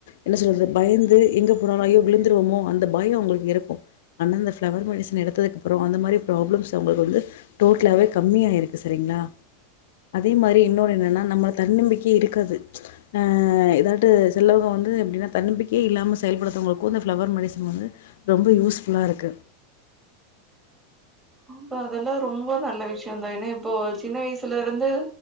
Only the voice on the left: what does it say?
என்ன சொல்றது பயந்து எங்க போனாலு ஐயோ விழுந்துருவமோ அந்த பயோ அவங்களுக்கு இருக்கு அனா இந்த ஃளவர் பாய்சன் எடுத்ததுக்கு அப்பறோ அந்த மாரி ப்ராப்ளம்ஸ் அவங்களுக்கு வந்து டோட்டலாவே கம்மியாயிருக்கு செரிங்களா அதே மாரி இன்னொன்னு என்னன்னா நம்ம தன்னம்பிக்கையே இருக்காது அ எதாவ் ட்டு செல்வகோ வந்து எப்டின்னா தன்னம்பிக்கையே இல்லாம செயல்படுத்தவங்களுக்கோ இந்த ஃளவர் மெடிசன் வந்து ரொம்ப யூஸ் புல்லா இருக்கு